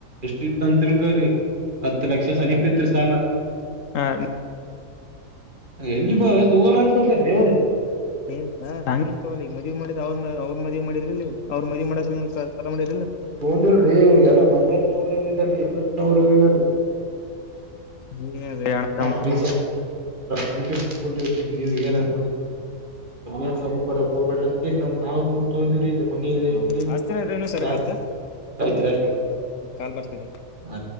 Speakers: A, on the right; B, on the left.
A: ಎಷ್ಟ ಇತ್ತ ಅಂತಲ್ಕ್ರಿ ಹತ್ತು ಲಕ್ಷ ಸಮನೀಪತ್ ಸಾಲ
B: ಹಾ
A: ಎಲ್ಲಿ ಬಾವೆ ತೋಗಲ್ಲ ಅಂತ ತಂದ್ರೀವರು
B: ಏ್ ಸ ಹಗೆನ್ ತಗೊಲ್ಲ ಈಗ ಮದ್ ಮಾಡಿದ್ ಅವ್ರ ಅವ್ರ ಮದ್ವಿ ಮಾಡಿದಿ್ರಿಲ್ಲ ನೀವು ಅವ್ರ ಮದ್ವಿ ಮಾಡ
A: ಹ
B: ಸಲ ಮಾಡಿರಿಲ್ಲ
A: ತೊಂದಲ್ರಿ ಎಲ್ಲ ಬಂಗಾರ ನವ್ರ್ಯ ಇದಾರೀ ಎಲ್ಲ ನವ್ರ್ಯವ ಇದ್ದಾರೀ
B: ನೀವೇ ಅಣ್ಣ ತಮ್ಮರು
A: ್ರಿ ಅದಕ್ಕೆ ಬಿಡ್ ನೀವು ಏನ್ನ್ ಮಾಡೀ ಏನ್ ಸಮೀಪ ಬರಕ್ ಹೋಗಬಿಡ್ರಂತ ನಮ ನಾವ್ ದೂಡ್ ತಗೊಂಡಿವವ್ರೀ ಇದ ಮನ ಐತ್ರಿ
B: ಹೌದ ಹಚ್ತಿನಿ ಇರಿ ಸರಿ
A: ಜಾಗ
B: ಮತ್ತೆ
A: ಐತ್ ಅಷ್ಟ
B: ಕಾಲ್ ಬರ್ತಿದೆ
A: ಆ